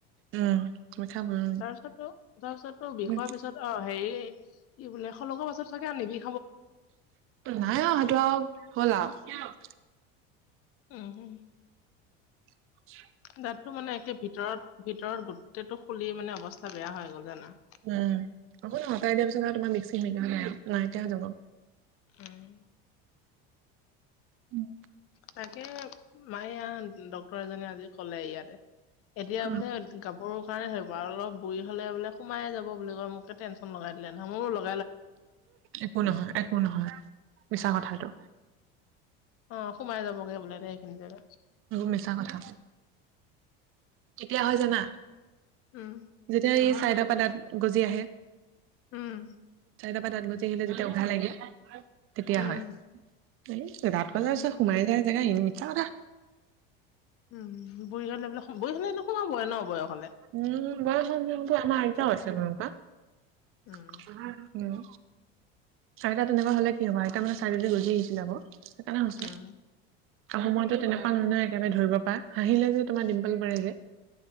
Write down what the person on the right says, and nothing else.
উম, মিঠাম উম,
উম,
নাই অ সেইটো আৰু হ'ল আৰু
উম
উম আকৌ ন সতাই দিয়াৰ পিছত আৰু তোমাৰ মিক্সি সেক হলে আৰু নাই এতিয়া যাব।
উম
উম,
একো নহয় একো নহয় মিছা কথাটো।
মিছা কথা। তেতিয়া হয় জানা
যেতিয়া এই চাইদৰ পাদাত গজি আহে।
চাৰিটা পৰা দাত বজি আহিলে যেতিয়া উঘাহ লাগে। তেতিয়া
হয় এই ৰাাত বজাৰছ
সোমাই যায় জেগা ই মিছা কথা।
উম ব আমা‌ আইটাছে মকা।
<unintelligible> উম আইতা তেনেকুৱা হলে কি হ'ব আইতা মানে চাৰিদি গজি আহিছিলে আকৌ। সেইকাৰণেছ
আহ সময়তো তেনেকুৱা নান
নহ একেবাৰে ধৰিব। বা হাঁহিলে যে তোমাৰ ডিম্পল বঢ়ে যে।